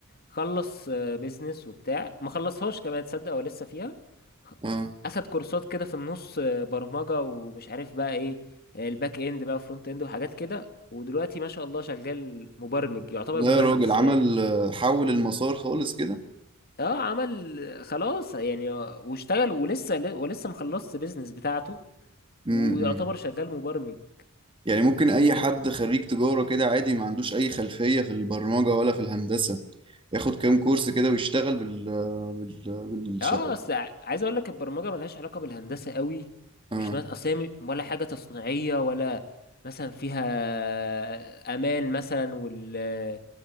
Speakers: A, on the left; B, on the right.
A: خلص آه، بيزنس وبتاع ما خلصهاش كمان تصدق هو لسه فيها خ-
B: اه
A: اخد كورسات كده في النص آه، برمجه ومش عارف بقى ايه آه، الباك اند بقى فرونت اند وحاجات كده ودلوقتي ما شاء الله شغال مبرمج يعتبر
B: لا
A: مهندس
B: يا راجل عمل
A: يعني
B: آه، حول المسار خالص كده
A: اه عمل خلاص يعني واشتغل ولسه ولسه مخلصش بيزنس بتاعته
B: امم
A: ويعتبر شغال مبرمج
B: يعني ممكن
A: والدنيا
B: أي حد خريج تجارة كده عادي ما عندوش أي خلفية في البرمجة ولا في الهندسة ياخد كام كورس كده ويشتغل بال آه، بال آه، بالشقة
A: اه اصل ع- عايز اقول لك البرمجه ملهاش علاقه بالهندسه قوي
B: اه
A: مش مثلا اصل هي م- ولا حاجه تصنيعيه ولا مثلا فيها امان مثلا وال